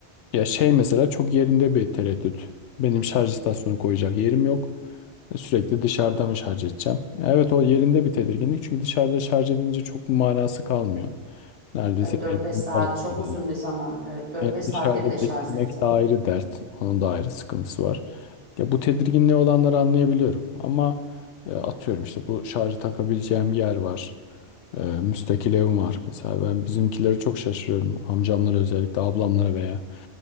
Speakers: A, on the left; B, on the right.
A: ya şey mesela çok yerinde bir tereddüt. Benim şarj istasyonu koyacak yerim yok. Sürekli dışarıda mı şarj edeceğim? Evet o yerinde bir tedirginlik. Çünkü dışarıda şarj edince çok bir manası kalmıyor. Neredeyse
B: Evet 4-5
A: benzin
B: saat
A: parası
B: çok
A: geliyor.
B: uzun bir zaman. Evet 4-5
A: Yani
B: saatte
A: dışarıda
B: bile şarj
A: beklemek
B: etse.
A: de ayrı dert. Onun da ayrı sıkıntısı var. Ya bu tedirginliği olanları anlayabiliyorum. Ama e, atıyorum işte bu şarjı takabileceğim yer var. Ee, müstakil evim var. Mesela ben bizimkileri çok şaşırıyorum. Amcamlara özellikle ablamlara veya